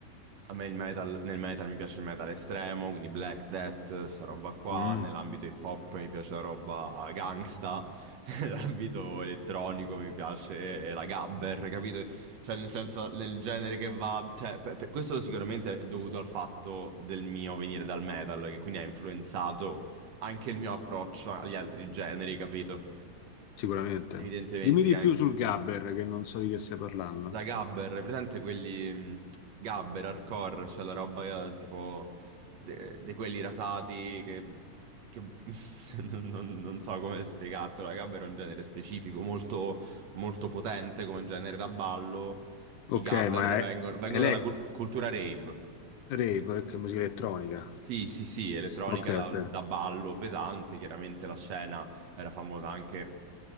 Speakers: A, on the right; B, on the left.
A: A me il metal, nel metal mi piace il metal estremo, quindi Black Death, sta roba qua,
B: Mm,
A: nell'ambito hip hop mi piace la roba gangsta, <laughs> nell'ambito elettronico mi piace la gabber, capito? Cioè nel senso, nel genere che va... Cioè, per- per- questo sicuramente è dovuto al fatto del mio venire dal metal, che quindi ha influenzato anche il mio approccio agli altri generi, capito?
B: sicuramente.
A: Evidentemente,
B: Dimmi di più sul Gabber, che non so di che stai parlando.
A: la gabber, è presente quelli mh, gabber, hardcore, cioè la roba eh, tipo de- di quelli rasati che, che- <laughs> non, non- non so come spiegartelo, la gabber è un genere specifico, molto, molto potente come genere da ballo.
B: Ok,
A: I gabber
B: ma
A: vengono,
B: è
A: vengono
B: Elect
A: dalla cul- cultura rave.
B: Rave, che è musica elettronica.
A: Sì, sì, sì, elettronica
B: Ok,
A: da,
B: ok.
A: da ballo pesante, chiaramente la scena era famosa anche,